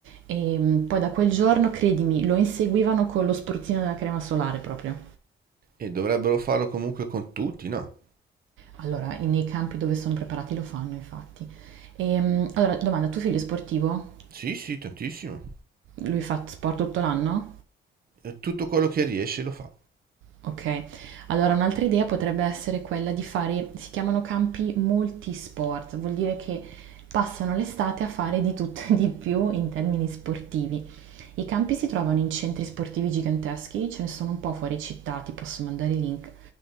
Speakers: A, on the right; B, on the right.
A: e mm, poi da quel giorno, credimi, lo inseguivano con lo spruzzino della crema solare proprio.
B: E dovrebbero farlo comunque con tutti, no?
A: Allora, i- nei campi dove sono preparati lo fanno, infatti. Ehm, allora, domanda, tuo figlio è sportivo?
B: Sì, sì, tantissimo.
A: Lui fa sport tutto l'anno?
B: Eh, Tutto quello che riesce lo fa.
A: Ok. Allora, un'altra idea potrebbe essere quella di fare, si chiamano campi multisport, vuol dire che passano l'estate a fare di tutto e di più in termini sportivi. I campi si trovano in centri sportivi giganteschi, ce ne sono un po' fuori città, ti posso mandare i link.